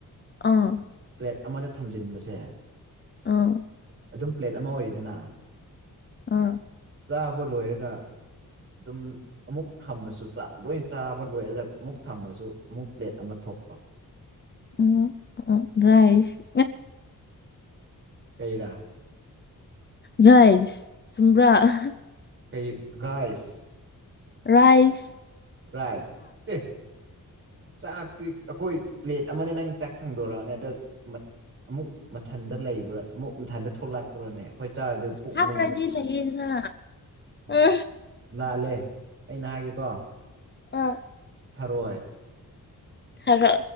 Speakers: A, on the left (about 30°); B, on the right (about 35°).
A: ꯑꯥ
B: ꯄ꯭ꯂꯦꯠ ꯑꯃꯗ ꯊꯝꯖꯤꯟꯕꯁꯦ
A: ꯑꯥ
B: ꯑꯗꯨꯝ ꯄ꯭ꯂꯦꯠ ꯑꯃ ꯑꯣꯏꯔꯤꯗꯅ꯫
A: ꯑꯥ
B: ꯆꯥꯕ ꯂꯣꯏꯔꯒ ꯗꯨꯝ ꯑꯃꯨꯛ ꯊꯝꯃꯁꯨ ꯆꯥ ꯂꯣꯏꯟ ꯆꯥꯕ ꯂꯣꯏꯔꯒ ꯑꯃꯨꯛ ꯊꯝꯃꯁꯨ ꯑꯃꯨꯛ ꯄ꯭ꯂꯦꯠ ꯑꯃ ꯊꯣꯛꯄ꯫
A: ꯎꯝ ꯎ ꯑ ꯔꯥꯏꯁ ꯫
B: ꯀꯩꯔꯥ ꯫
A: ꯔꯥꯏꯐ ꯆꯨꯝꯕ꯭ꯔꯥ ꯑꯍ
B: ꯀꯩ ꯒꯥꯏꯁ
A: ꯔꯥꯏꯐ
B: ꯔꯥꯏꯁ ꯑꯦ ꯆꯥꯛꯇꯤ ꯑꯈꯣꯏ ꯄ꯭ꯂꯦꯠ ꯑꯃꯗ ꯅꯪ ꯆꯛ ꯊꯡꯗꯣꯔꯣꯅꯦ ꯑꯗꯨꯛ ꯃꯠ ꯑꯃꯨꯛ ꯃꯊꯟꯗ ꯂꯩꯕ꯭ꯔꯥ ꯃꯨꯛ ꯃꯊꯟꯗ ꯊꯣꯛꯂꯛꯄ꯭ꯔꯅꯦ꯫ ꯈꯣꯏ ꯆꯥꯔꯗꯤ ꯄꯨꯨꯛ
A: ꯍꯥꯞꯄ꯭ꯔꯗꯤ
B: ꯃꯅꯨꯡꯗ ꯑꯗꯨꯝ ꯆꯪꯏ
A: ꯂꯩꯌꯦꯗꯅ
B: ꯎꯝ꯫
A: ꯑ
B: ꯂꯥꯜꯂꯦ ꯑꯩꯅ ꯍꯥꯏꯒꯦꯀꯣ꯫
A: ꯎꯝ
B: ꯊꯔꯣꯏ
A: ꯍꯥꯏꯔꯣ